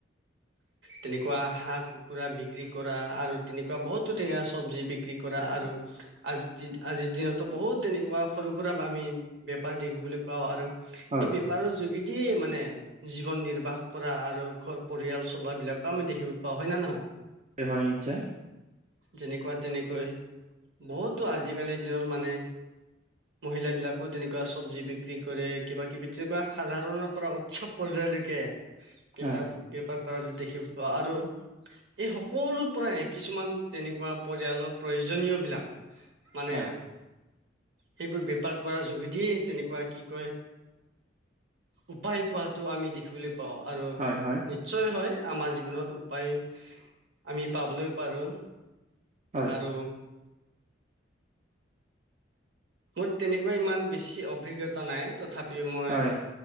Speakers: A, on the right; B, on the right.
A: <inaudible>
B: তেনেকুৱা হাঁহ কুকুৰা বিক্ৰী কৰা আৰু তেনেকুৱা বহুতো তেনেকুৱা চব্জি বিক্ৰী কৰা আৰু আজি আজিৰ দিনতো বহুত তেনেকুৱা সৰু সুৰা আমি বেপাৰ দেখিবলৈ পাওঁ আৰু
A: হয়
B: এই বেপাৰৰ যোগেদিয়ে মানে জীৱন নিৰ্বাহ কৰা আৰু ঘৰ পৰিয়াল চলাবিলাকো আমি দেখিবলৈ পাওঁ, হয় নে নহয়?
A: এ হয় নিশ্চয়।
B: যেনেকুৱা তেনেকৈ বহুতো আজিকালিৰ দিনত মানে মহিলাবিলাকো তেনেকুৱা চব্জি বিক্ৰী কৰে, কিবা কিবি তেনেকুৱা সাধাৰণৰ পৰা চব পৰ্যায়লৈকে বেপাৰ
A: হয়
B: বেপাৰ কৰাটো দেখিব পাও আৰু এই সকলো পৰাই কিছুমান তেনেকুৱা পৰিয়ালৰ প্ৰয়োজনীয়বিলাক মানে
A: হয়
B: সেইবোৰ বেপাৰ কৰাৰ যোগেদি তেনেকুৱা কি কয় উপায় পোৱাটো আমি দেখিবলৈ পাও আৰু
A: হয় হয়
B: নিশ্চয় হয় আমাৰ জীৱনত উপায় আমি পাবলৈ পাৰোঁ।
A: হয়,
B: আৰু মোৰ তেনেকুৱা ইমান বেছি অভিজ্ঞতা নাই তথাপিও মই
A: হয়,